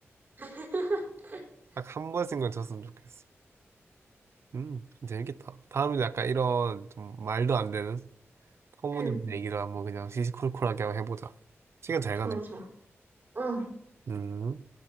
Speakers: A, on the right (about 45°); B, on the right (about 65°).
A: <laughs>
B: 딱 한 번씩만 졌으면 좋겠어. 음, 재밌겠다. 다음은 약간 이런 좀 말도 안 되는 터무니없는
A: 응,
B: 얘기를 한번 그냥 시시콜콜하게 한번 해보자. 시간 잘
A: 좋아,
B: 가네.
A: 좋아. 어.
B: 음.